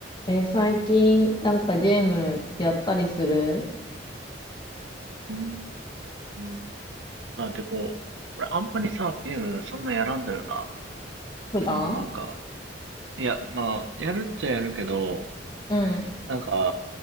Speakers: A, on the left; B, on the right.
A: えー最近、なんかゲームやったりする
B: うーん。まあでも、俺あんまりさ、ゲームそんなやらんだよな。
A: 普段
B: そのなんか、いや、まあ、やるっちゃやるけど、
A: うん、
B: なんか、